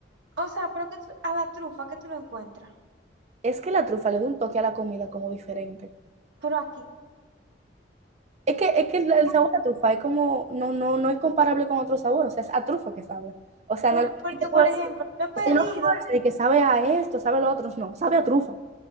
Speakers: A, on the right (about 75°); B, on the right (about 40°).
A: o sea, pero que tú- a la trufa que tú lo encuentras.
B: Es que la trufa le da un toque a la comida como diferente.
A: Pero aquí.
B: Es que, es que el el
A: ¿Por
B: sabor
A: qué?
B: a trufa es como, no, no, no es comparable con otro sabor, o sea, es a trufa que sabe. O sea,
A: Pero-
B: no es
A: porque,
B: que te puedo
A: por ejemplo,
B: decir,
A: yo he pedido
B: o sea, yo no te puedo decir que sabe a esto, sabe a lo otro, no, sabe a trufa.